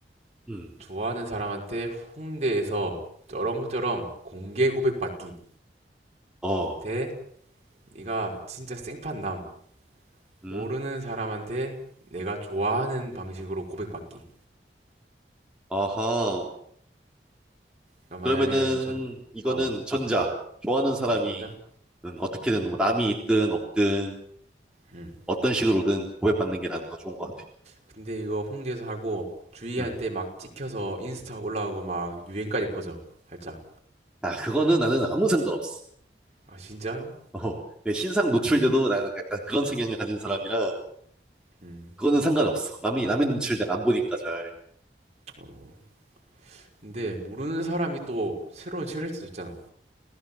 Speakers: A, in the centre; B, on the right.
A: 음,
B: 좋아하는 사람한테 홍대에서 쩌렁쩌렁 공개 고백 받기
A: 어,
B: 대 네가 진짜 생판 남
A: 음,
B: 모르는 사람한테 내가 좋아하는 방식으로 고백 받기
A: 아하.
B: 그러니까
A: 그러면은
B: 만약에 전어
A: 이거는 전자. 좋아하는 사람이
B: 전자
A: 음, 어떻게든 뭐 남이 있든 없든
B: 응
A: 어떤 식으로든 고백받는 게 난 더 좋은 것 같아.
B: 근데 이거 홍대에서 하고 주희한테
A: 음.
B: 막 찍혀서 인스타 올라오고 막 유행까지 퍼져 살짝
A: 아, 그거는 나는 아무 상관없어.
B: 아 진짜로?
A: 어, 내 신상 노출돼도 나 약간 그런 성향을 가진 사람이라
B: 음.
A: 그거는 상관없어. 남이 남의 눈치를 내가 안 보니까 잘.
B: 어. 근데 모르는 사람이 또 새로운 책일 수도 있잖아